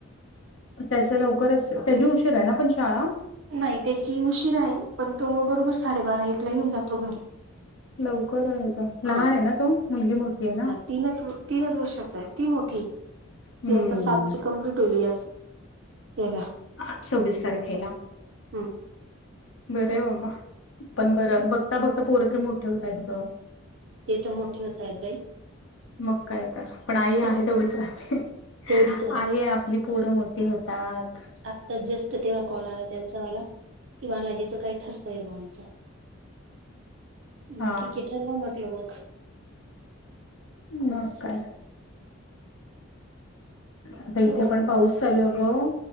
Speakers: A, on the left (about 65°); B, on the right (about 60°).
A: त्याचं लवकरच त्याची उशीर आहे ना पण शाळा
B: नाही त्याची उशीरा आहे पण तो बरोबर साडेबारा एकला येऊन जातो घरी
A: लवकर आहे तो लहान
B: हा
A: आहे ना तो मुलगी मोठी आहे ना
B: तीनच ओ तीनच वर्षाचा आहे ती मोठी आहे
A: हम्म
B: ती आता सातची कंप्लीट होली अस केला
A: हा सव्वीस तारखेला
B: हम्म
A: बरंय बाबा पण
B: असं
A: बरं बघ आता फक्त पोरं तरी मोठी होतायेत गं
B: ते तर मोठी होतायेत
A: मग काय तर पण आई
B: तेच
A: आहे तेवढीच राहते
B: तेवढीच राहते
A: आई आय आपली पोरं मोठी होतात
B: आत्ता जस्ट तेव्हा कॉल आला त्यांचा मला की बालाजीचं काय ठरतय गं आमचं
A: हा.
B: म ठीकेय हो हो म्हटलं मग
A: मग
B: असं
A: काय आता
B: ठरवा
A: इथे
B: म्हटलं
A: पण पाऊस चालू
B: तरी
A: आहे ग